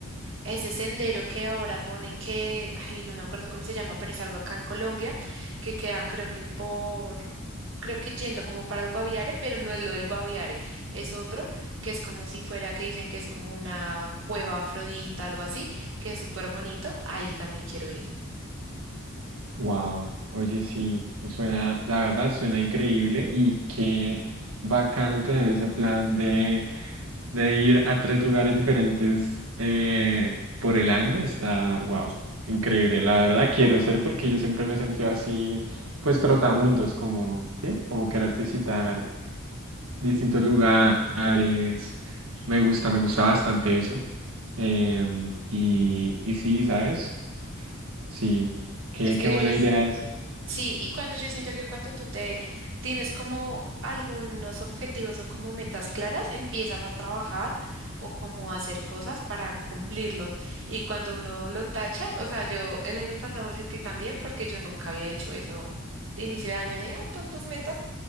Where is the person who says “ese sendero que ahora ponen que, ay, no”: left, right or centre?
Right